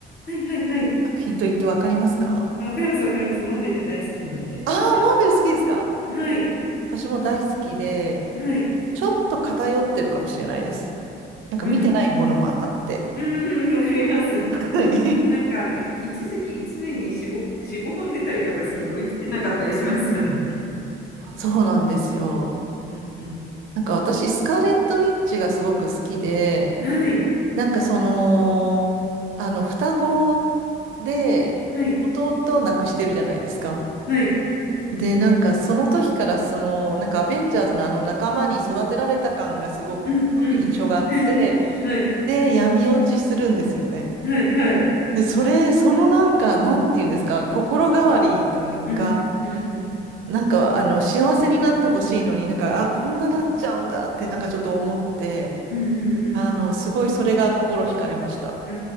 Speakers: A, on the left; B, on the right.
A: はい、はい、はい。
B: 作品といってわかりますか
A: あ、わかります、わかります。マーベル大好きなんで。
B: ああー、マーベル好きですか
A: はい、
B: 私も大好きで、
A: はい、
B: ちょっと偏ってるかもしれないです。なんか見てないものもあって。
A: うん、うん、うんわかります。
B: <laughs> はい
A: なんか、い一時期一年に4、5、4、5本出たりとかすると追いつけなかったりしますよね。
B: そうなんですよ。
A: うん、うん。
B: なんか私、スカーレット・ウィッチがすごく好きで、
A: はい、
B: なんかその、あの、双子で弟を亡くしてるじゃないですか。
A: はい、はい、
B: で、なんかその時からその、なんかアベンジャーズのあの仲間に育てられた感がすごく
A: うん、うん。
B: 印象があって、
A: <laughs> はい、
B: で、闇落ちするんですよね。
A: はい、はい。
B: で、それ、そのなんか、なんていうんですか、心変わりというか、
A: うん、うん、うん、
B: なんか、あの、幸せになってほしいのに、なんか、あ、こんななっちゃうんだって、なんかちょっと思って、
A: うん、うん、うん。
B: あの、すごいそれが心惹かれました。
A: あ